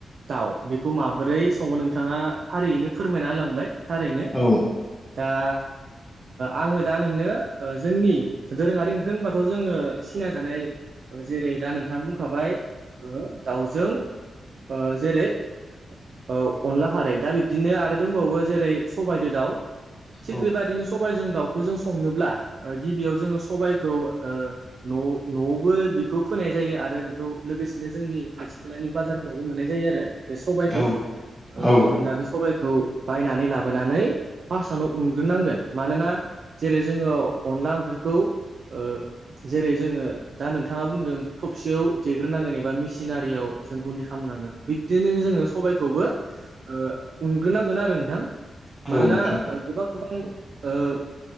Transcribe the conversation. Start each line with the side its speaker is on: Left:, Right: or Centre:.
Right: दाउ, बेखौ माबोरै सङो नोंथाङा फारियैनो फोरमायना होलांबाय थारैनो।
Centre: औ
Right: दा आङो दा नोंनो जोंनि दोरोङारि ओंख्रि होनबाथ' जोङो सिनाय जानाय जेरै दा नोंथाङा बुंखाबाय ओ दाउजों ओ जेरै औ अनला खारै दा बिब्दिनो आरो दंबावो जेरै सबायदो दाउ थिग
Centre: औ
Right: बेबायदिनो सबायजों दाउ खौ जों संनोब्ला गिबियाव जोङो सबायखौ ओ न' न'आवबो बेखौ फोनाय जायो आरो बेखौ लोगोसेनो जोंनि खाथि खालानि बाजारफोरावबो मोननाय जायो आरो बे सबायखौ ओ
Centre: औ औ
Right: जों दा बे सबायखौ बायनानै लाबो लाबोनानै फार्टनो उनग्रोनांगोन मानोना जेरै जोङो अनला ओंख्रिखौ ओ जेरै जोङो दा नोंथाङा बुंदों थबसेयाव देग्रोनांगोन एबा मिसिनारियाव जों गुन्दै खालामनांगोन बिदिनो जोङो सबायाइखौबो ओ उनग्रोनांगोन आरो नोंथां
Centre: नोंथां
Right: मानोना ओ गोबां गोबां ओ